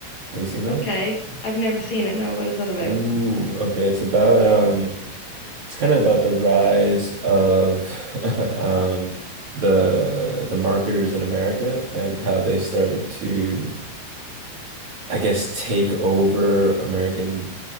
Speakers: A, on the right; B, on the left.
A: Have you seen that?
B: Okay. I've never seen it. No, what is that about?
A: Ooh, okay. It's about um, it's kind of about the rise of <laughs> um the the marketers in America and how they started to, I guess, take over American